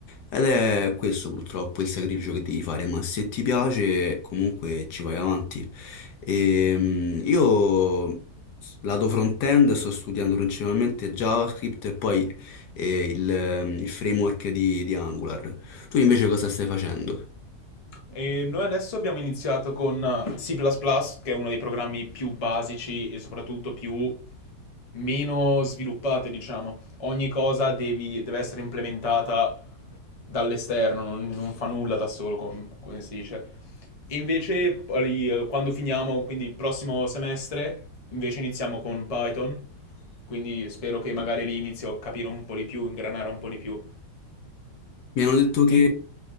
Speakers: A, on the left (about 70°); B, on the left (about 40°).
A: Ed è questo purtroppo il sacrificio che devi fare, ma se ti piace comunque ci vai avanti. Ehm, io s- lato front-end sto studiando principalmente JavaScript e poi eh, il, ehm, il framework di, di Angular. Tu invece cosa stai facendo?
B: E noi adesso abbiamo iniziato con C++, plus plus, che è uno dei programmi più basici e soprattutto più meno sviluppate, diciamo. Ogni cosa devi- deve essere implementata dall'esterno, non, non fa nulla da solo, com- come si dice. E invece, poi, eh, quando finiamo, quindi il prossimo semestre, invece iniziamo con Python. Quindi spero che magari lì inizio a capire un po' di più, ingranare un po' di più.
A: Mi hanno detto che
B: E